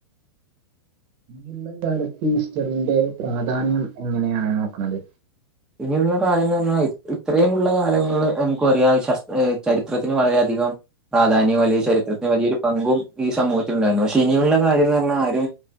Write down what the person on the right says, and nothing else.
ഉള്ളതാണ് ഇപ്പ ഈസ്റ്ററിന്റെ പ്രാധാന്യം എങ്ങനെയാണ് നോക്കണത്.